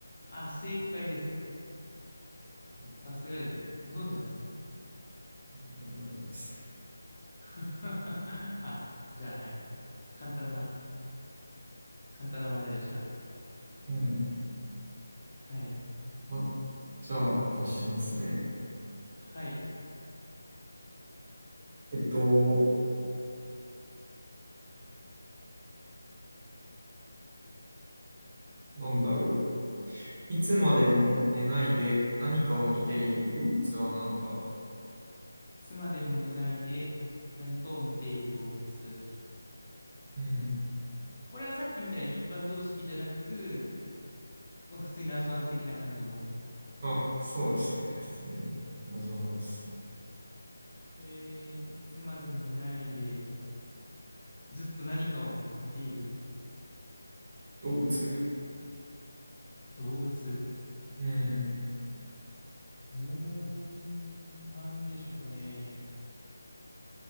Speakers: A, on the left; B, on the right.
A: あ、正解です。
B: うん
A: さすがですね。ご存知なんですね。
B: 聞いたことありまし
A: <laughs> あ、じゃあ、はい。簡単な、簡単な問題でした。
B: たね。
A: はい。
B: はい。あ、じゃあ出しますね。
A: はい。
B: えっと、なんだろう。いつまでも寝ないで何かを見ている動物は何だ
A: はい。いつまでも寝ないで何かを見ている動物。
B: うん。
A: これはさっきみたいに一般常識じゃなく、まあ、普通に謎々的な感じの。
B: あ、そうですね。普通に、なぞなぞですね。
A: えー、いつまでも寝ないでずっと何かを見ている
B: 動物
A: 動物。
B: うん。
A: うーん、なんでしょうね。